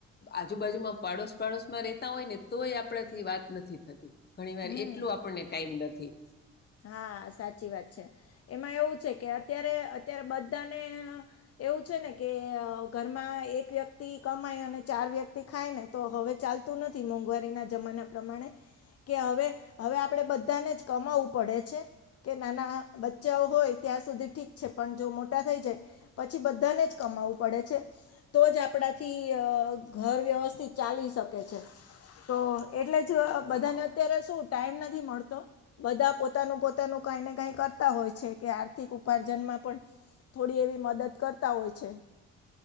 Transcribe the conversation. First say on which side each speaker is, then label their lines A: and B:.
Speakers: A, on the left; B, on the left.
A: આજુબાજુમાં પાડોશ પાડોશમાં રે હોય ને તોય આપણાથી વાત નથી થતી ઘણી વાર
B: હમ
A: એટલું આપણને ટાઈમ નથી.
B: હા સાચી વાત છે એમાં એવું છે કે અત્યારે અત્યારે બધાને એવું છે ને કે ઘરમાં એક વ્યક્તિ કમાય અને ચાર વ્યક્તિ ખાય ને તો હવે ચાલતું નથી મોંઘવારીના જમાના પ્રમાણે કે હવે હવે આપણે બધાને જ કમાવું પડે છે કે નાના બચ્ચા હોય ત્યાં સુધી ઠીક છે પણ જો મોટા થઈ જાય પછી બધાને જ કમાવું પડે છે. તો જ આપડાથી ઘર વ્યવસ્થિત ચાલી શકે છે તો એટલે જ
A: હા
B: બધાને અત્યારે શું ટાઈમ નથી મળતો બધા પોતાનું પોતાનું કઈ ને કઈ કરતા હોય છે કે આર્થિક ઉપાર્જનમાં પણ થોડી એવી મદદ કરતા હોય છે.